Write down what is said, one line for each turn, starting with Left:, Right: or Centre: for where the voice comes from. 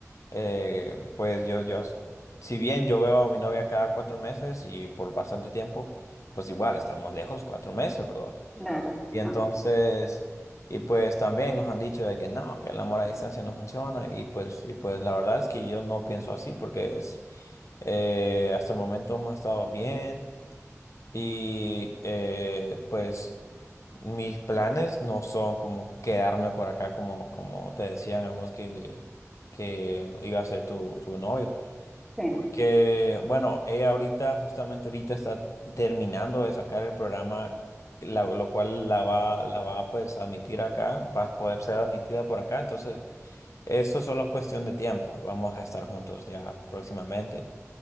Left: Eh, pues yo, yo, si bien yo veo a mi novia cada cuatro meses y por bastante tiempo, pues igual estamos lejos cuatro meses, ¿verdad?
Centre: Claro,
Left: Y entonces,
Centre: ah,
Left: y pues también nos han dicho de que no, que el amor a distancia no funciona. Y pues, y pues la verdad es que yo no pienso así porque es, eh, hasta el momento hemos estado bien. Y eh, pues mis planes no son como quedarme por acá como, como te decían a vos que, que iba a ser tu, tu novio.
Centre: sí,
Left: Porque, bueno, ella ahorita, justamente ahorita está terminando de sacar el programa, la- lo cual la va, la va pues a admitir acá, va a poder ser admitida por acá. Entonces, esto solo es solo cuestión de tiempo. Vamos a estar juntos ya próximamente.